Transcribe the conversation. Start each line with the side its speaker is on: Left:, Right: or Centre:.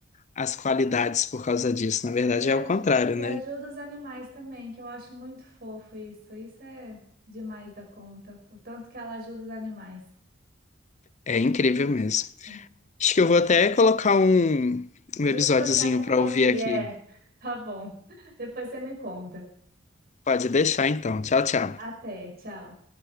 Left: as qualidades por causa disso. Na verdade,
Right: E,
Left: é
Right: aj-
Left: o contrário,
Right: e
Left: né?
Right: ajuda os animais também, que eu acho muito fofo isso. Isso é demais da conta. O tanto que ela ajuda os animais.
Left: É
Right: É bem
Left: incrível
Right: bonito.
Left: mesmo.
Right: Sim.
Left: Acho que eu vou até colocar um, um
Right: Vê
Left: episódiozinho
Right: se você acha
Left: para
Right: pra
Left: ouvir
Right: ouvir.
Left: aqui.
Right: É, tá bom. <laughs> Depois você me conta.
Left: Pode deixar, então. Tchau, tchau.
Right: Até, tchau.